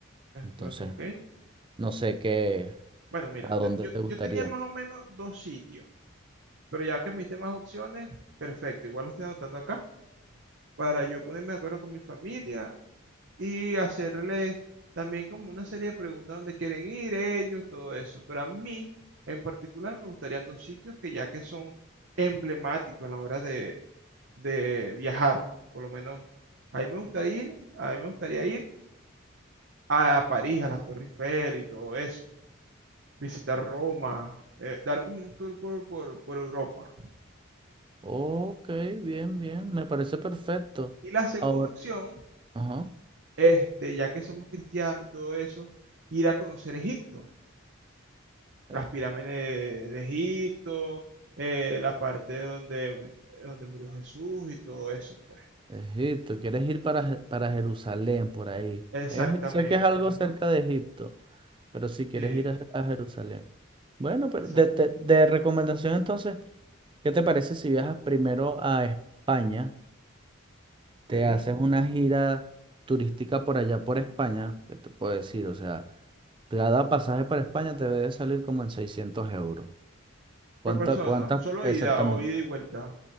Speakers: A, on the right (about 55°); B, on the right (about 25°).
A: Eh,
B: Entonces,
A: creo Ok.
B: no sé qué,
A: Bueno, mira,
B: a
A: te-
B: dónde
A: yo,
B: te gustaría.
A: yo tenía más o menos dos sitios. Pero ya que me diste más opciones, perfecto. Igual lo estoy anotando acá para yo ponerme de acuerdo con mi familia y hacerle también como una serie de preguntas donde quieren ir ellos, todo eso. Pero a mí en particular me gustarían dos sitios que ya que son emblemáticos a la hora de, de viajar, por lo menos. Ahí me gustaría ir, ahí me gustaría ir a París, a la Torre Eiffel y todo eso. Visitar Roma, eh, dar como un tour por, por por Europa.
B: Ok, bien, bien, me parece perfecto.
A: Y la segunda
B: Ahora,
A: opción
B: ajá,
A: este, ya que somos cristianos y todo eso, ir a conocer Egipto, las
B: eh,
A: pirámides de, de Egipto, eh, la parte donde, donde murió Jesús y todo eso, pues.
B: Egipto, ¿quieres ir para, Je- para Jerusalén, por ahí?
A: Exactamente,
B: Es- sé que es algo
A: ajá.
B: cerca de Egipto, pero si quieres
A: Sí,
B: ir a, a Jerusalén. Bueno, pero
A: exacto.
B: de, de- de recomendación entonces. ¿Qué te parece si viajas primero a España? Te
A: ok.
B: haces una gira turística por allá por España. ¿Qué te puedo decir? O sea, cada pasaje para España te debe salir como en 600 euros. ¿Cuántas,
A: Por persona,
B: cuántas
A: solo
B: exactamente?
A: ida o ida y vuelta.